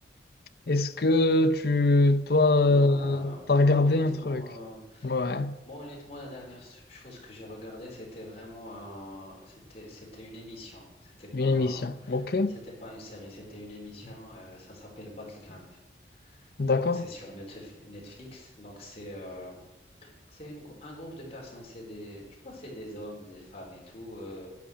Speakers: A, on the left; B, on the left.
A: Est-ce que tu, toi,
B: Moi,
A: euh,
B: euh,
A: t'as
B: moi,
A: regardé
B: honnêtement,
A: un truc?
B: euh,
A: Ouais,
B: Moi, honnêtement, la dernière s- chose que j'ai regardée, c'était vraiment un- c'était, c'était une émission. C'était pas,
A: une
B: un-
A: émission. Ok,
B: c'était pas une série, c'était une émission. euh, ça s'appelle Battle Camp.
A: d'accord,
B: Donc, c'est sur Netf- Netflix. Donc, c'est, euh, c'est une grou- un groupe de personnes. C'est des, tu vois, c'est des hommes, des femmes et tout, euh,